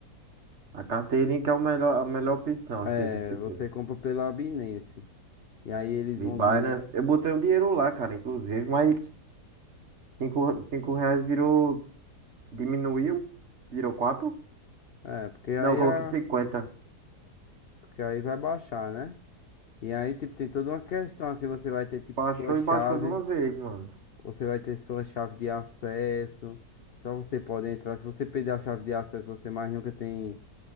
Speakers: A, on the right; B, on the left.
A: A carteirinha que é o melhor, a melhor opção
B: É,
A: assim de se ter.
B: você compra pela Binance. E aí eles
A: De
B: vão
A: Binance,
B: lidar.
A: eu botei um dinheiro lá, cara, inclusive, mas cinco, cinco reais virou Diminuiu, virou quatro
B: É, porque aí,
A: Não, eu coloquei
B: a...
A: cinquenta
B: porque aí vai baixar, né? E aí, tipo, tem toda uma questão assim, você vai ter, tipo,
A: Baixou
B: sua chave,
A: e baixou de uma vez, mano.
B: você vai ter sua chave de acesso. Só você pode entrar. Se você perder a chave de acesso, você mais nunca tem,